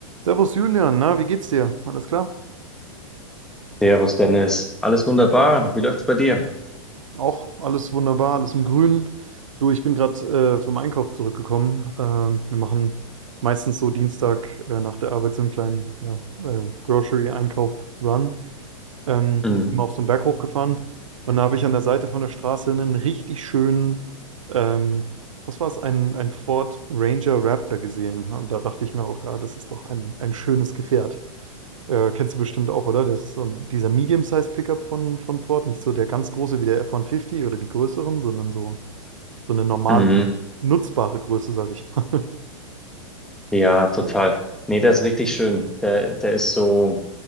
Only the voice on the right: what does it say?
Servus Julian, na, wie geht's dir? Alles klar?
Auch alles wunderbar, alles im Grünen. Du, ich bin gerade äh, vom Einkauf zurückgekommen. Ähm, wir machen meistens so Dienstag äh, nach der Arbeit so einen kleinen ja, äh, Grocery-Einkauf-Run. Ähm,
und sind mal auf so einen Berg hochgefahren und da habe ich an der Seite von der Straße einen richtig schönen, ähm, was war es, ein, ein Ford Ranger Raptor gesehen. Und da dachte ich mir auch, ja, das ist doch ein, ein schönes Gefährt. Äh, kennst du bestimmt auch, oder? Das ist so ein, dieser Medium-Size-Pickup von, von Ford. Nicht so der ganz große wie der F-150 oder die größeren, sondern so, so eine normale,
nutzbare Größe, sage ich mal.